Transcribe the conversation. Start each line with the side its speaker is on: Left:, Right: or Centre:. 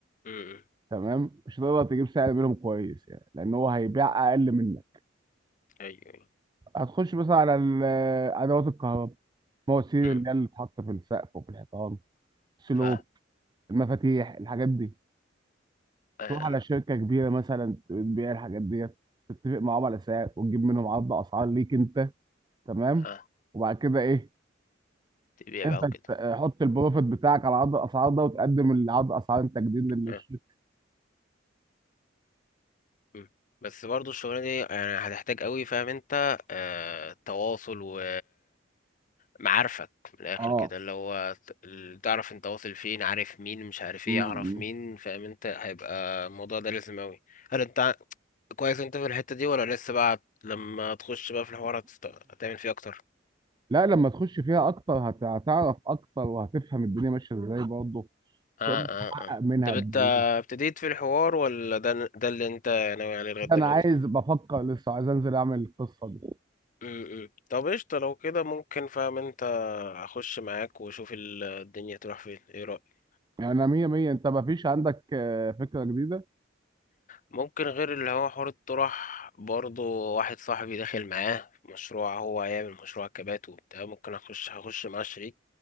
Left: امم
Right: تمام مش هتقدر تجيب سعر منهم كويس يعني لان هو هيبيع اقل منه
Left: ايوه ايوه
Right: هتخش مثلا على ال- ادوات الكهرباء المواسير
Left: امم
Right: اللي هي اللي بتتحط في السقف وفي الحيطان السلوك
Left: ف
Right: المفاتيح الحاجات دي
Left: اه
Right: تروح على شركه كبيره مثلا بتبيع الحاجات ديت تتفق معاهم على سعر وتجيب منهم عرض اسعار ليك انت تمام
Left: اه
Right: وبعد كده ايه
Left: تبيع
Right: انت
Left: بقى وكده
Right: تحط البروفيت بتاعك على عرض الاسعار ده وتقدم العرض اسعار انت جديد للشركه
Left: آه. مم. بس برضه الشغلانة دي يعني هتحتاج قوي فاهم انت آه... تواصل و معارفك من الاخر
Right: اه
Left: كده اللي هو ت- اللي تعرف انت واصل فين عارف مين مش عارف
Right: م-
Left: ايه
Right: م.
Left: يعرف مين فاهم انت هيبقى الموضوع ده لازم اوي هل انت ع- كويس انت في الحتة دي ولا لسه بقى لما تخش بقى في الحوار هتست- هتعمل فيه اكتر
Right: لا لما تخش فيها اكتر هت- هتعرف اكتر وهتفهم الدنيا ماشيه ازاي برضه
Left: اه
Right: تقدر
Left: اه
Right: تحقق
Left: اه
Right: منها
Left: طب
Right: قد
Left: انت
Right: ايه
Left: ابتديت في الحوار ولا ده ده اللي انت ناوي عليه لغاية
Right: انا
Left: دلوقتي
Right: عايز بفكر لسه عايز انزل اعمل القصه دي
Left: امم طب قشطة لو كده ممكن فاهم انت اخش معاك واشوف ال- الدنيا تروح فين ايه رأيك
Right: يعني انا مية مية انت ما فيش عندك آه، فكره جديده
Left: ممكن غير اللي هو حوار الطرح برضه واحد صاحبي داخل معاه في مشروع هو هيعمل مشروع كبات وبتاع ممكن اخش هخش معاه شريك